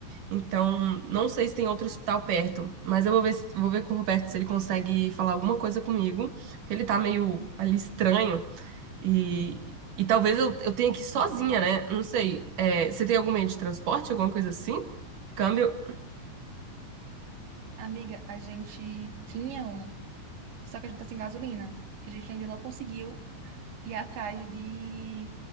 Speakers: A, on the right; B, on the right.
A: Então, não sei se tem outro hospital perto, mas eu vou ver, se- vou ver com o Roberto se ele consegue falar alguma coisa comigo, porque ele tá meio ali estranho. E, e talvez eu, eu tenha que ir sozinha, né? Não sei. É, você tem algum meio de transporte, alguma coisa assim? Câmbio?
B: Amiga, a gente tinha um, só que a gente tá sem gasolina. que A gente ainda não conseguiu ir atrás de